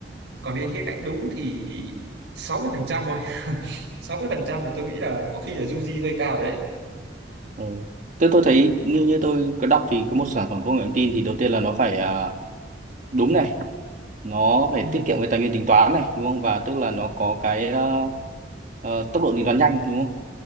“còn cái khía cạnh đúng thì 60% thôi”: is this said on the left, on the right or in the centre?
Right